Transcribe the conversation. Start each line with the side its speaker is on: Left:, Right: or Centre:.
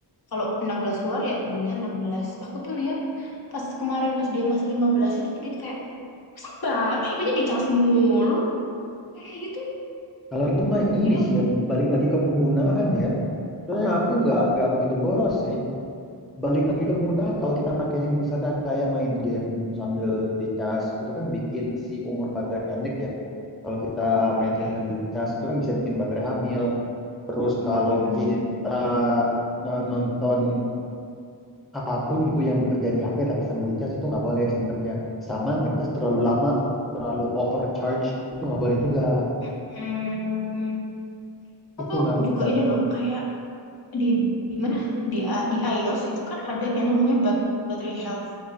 Left: kalau 16 keluar ya belinya 16. Aku tuh lihat pas kemarin pas dia masih 15 itu tuh dia kayak Sabar, HP-nya dicas mulu. Kayak gitu,
Centre: Kalau itu mah ini
Left: dia.
Centre: sih ya balik lagi ke penggunaan ya. Soalnya aku nggak nggak begitu boros sih. Balik lagi ke penggunaan kalau kita makainya misalkan kayak main game sambil dicas itu kan bikin si umur baterai pendek ya. Kalau kita
Left: Mm-mm.
Centre: main game sambil dicas itu kan bisa bikin baterai hamil. Terus
Left: Mm-mm.
Centre: kalau kita n- nonton apapun gitu yang bekerja di HP tapi sambil dicas itu nggak boleh sebenarnya. Sama ngecas terlalu lama, terlalu overcharge itu nggak boleh juga.
Left: Mm-mm. Atau
Centre: Itu ngaruhnya.
Left: juga ini loh, kayak di, di mana? Di, A- di iOS itu kan ada yang namanya bat, battery health.